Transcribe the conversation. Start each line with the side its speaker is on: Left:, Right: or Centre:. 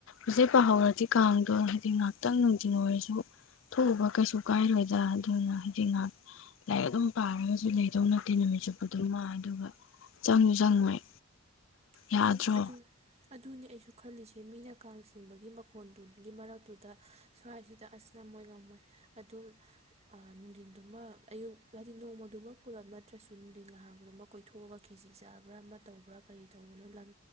Left: ꯍꯧꯖꯤꯛ ꯄꯥꯍꯧꯔꯗꯤ ꯀꯥꯡꯗꯣ ꯍꯥꯏꯗꯤ ꯉꯥꯛꯇꯪ ꯅꯨꯡꯊꯤꯟ ꯑꯣꯏꯔꯁꯨ ꯊꯣꯛꯎꯕ ꯀꯩꯁꯨ ꯀꯥꯏꯔꯣꯏꯗ ꯑꯗꯨꯅ ꯍꯥꯏꯗꯤ ꯉꯥꯏꯍꯥꯛ ꯂꯥꯏꯔꯤꯛ ꯑꯗꯨꯝ ꯄꯥꯔꯒꯁꯨ ꯂꯩꯗꯧ ꯅꯠꯇꯦ ꯅꯨꯃꯤꯠ ꯆꯨꯞꯄ ꯗꯨꯃꯥ ꯑꯗꯨꯒ ꯆꯪꯁꯨ ꯆꯪꯉꯣꯏ
Right: ꯑꯗꯨꯝ
Left: ꯌꯥꯗ꯭ꯔꯣ
Right: ꯑꯗꯨꯝ ꯑꯗꯨꯅꯦ ꯑꯩꯁꯨ ꯈꯜꯂꯤꯁꯦ ꯃꯤꯅ ꯀꯥꯡ ꯆꯤꯡꯕꯒꯤ ꯃꯈꯣꯟꯗꯨꯠꯒꯤ ꯃꯔꯛꯇꯨꯗ ꯁ꯭ꯋꯥꯏꯁꯤꯗ ꯑꯁ ꯉꯝꯃꯣꯏ ꯉꯝꯃꯣꯏ ꯑꯗꯨꯝ ꯑꯥ ꯅꯨꯡꯊꯤꯟꯗꯨꯃ ꯑꯌꯨꯛ ꯍꯥꯏꯗꯤ ꯅꯣꯡꯃꯗꯨꯃꯛ ꯄꯨꯂꯞ ꯅꯠꯇ꯭ꯔꯁꯨ ꯅꯨꯡꯊꯤꯟ ꯉꯍꯥꯡꯗꯨꯃꯛ ꯀꯣꯏꯊꯣꯛꯑꯒ ꯈꯦꯖꯤ ꯆꯥꯕ꯭ꯔꯥ ꯑꯃ ꯇꯧꯕ꯭ꯔꯥ ꯀꯔꯤ ꯇꯧꯕꯗꯣ ꯂꯪ